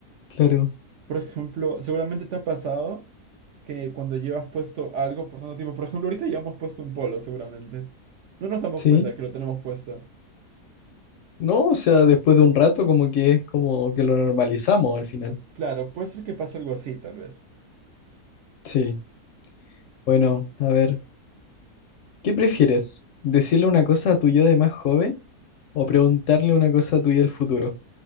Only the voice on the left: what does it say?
Claro.
Sí.
No, o sea, después de un rato como que es como que lo normalizamos al final.
Sí. Bueno, a ver, ¿qué prefieres? ¿Decirle una cosa a tu yo de más joven o preguntarle una cosa a tu yo del futuro?